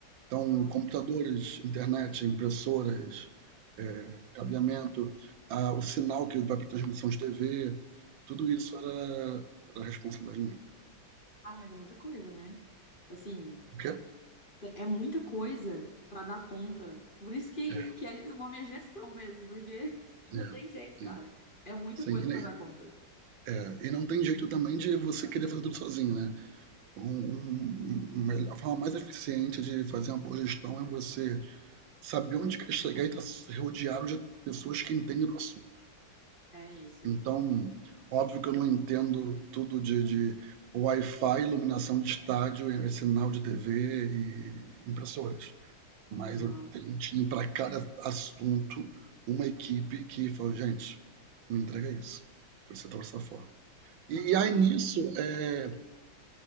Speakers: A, on the right (about 75°); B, on the left (about 30°).
A: Então,
B: aham.
A: computadores, internet, impressoras, é, cabeamento, a, o sinal que vai para transmissão de TV, tudo isso era, era responsabilidade minha.
B: Cara, mas é muita coisa, né? Assim,
A: O quê?
B: te- é muita coisa pra dar conta. Por isso que,
A: É,
B: que é- o nome é gestão mesmo, porque <laughs> não
A: é,
B: tem jeito, cara.
A: é.
B: É muita
A: Sim,
B: coisa
A: e, nem-
B: pra dar conta.
A: é, e não tem jeito também de você querer fazer tudo sozinho, né? Um, um, uma- a forma mais eficiente de fazer uma boa gestão é você saber onde quer chegar e estar rodeado de pessoas que entendem do assunto.
B: É isso.
A: Então, óbvio que eu não entendo tudo de, de Wi-Fi, iluminação de estádio, eh, sinal de TV e impressoras. Mas
B: Aham,
A: eu tenho- tinha para cada assunto uma equipe que falou, gente, me entrega isso, precisa trabalhar dessa forma. E
B: aham,
A: aí nisso, eh,